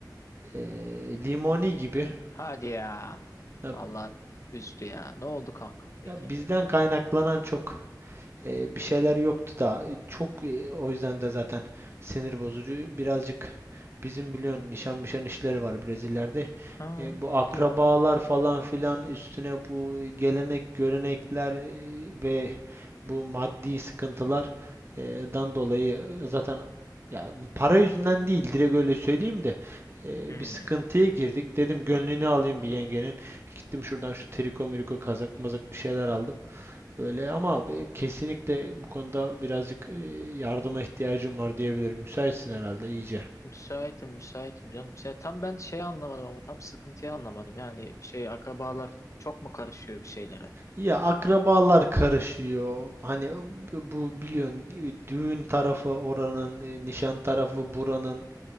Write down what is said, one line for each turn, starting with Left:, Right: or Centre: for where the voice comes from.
Right: e, limoni gibi.
Left: Hadi ya.
Right: Ya,
Left: Allah üzdü ya. Ne oldu kanka peki?
Right: ya bizden kaynaklanan çok. e, bir şeyler yoktu da e, çok e, o yüzden de zaten sinir bozucu. Birazcık bizim biliyorsun nişan mişan işleri var Brezilya'da.
Left: Ha,
Right: E, bu akrabalar
Left: biliyorum.
Right: falan filan üstüne bu gelenek görenekler e, ve bu maddi sıkıntılar e, dan dolayı zaten ya para yüzünden değil direkt öyle söyleyeyim de e,
Left: Hmm.
Right: bir sıkıntıya girdik. Dedim gönlünü alayım bir yengenin. Gittim şuradan şu triko miriko kazak mazak bir şeyler aldım. Öyle ama be- kesinlikle bu konuda birazcık e, yardıma ihtiyacım var diyebilirim. Müsaitsin herhalde iyice.
Left: Müsaitim, müsaitim canım. Şey, tam ben şey anlamadım ama tam sıkıntıyı anlamadım. Yani şey akrabalar çok mu karışıyor bir şeylere?
Right: Ya akrabalar karışıyor. Hani bu bu biliyorsun e, düğün tarafı oranın, e, nişan tarafı buranın.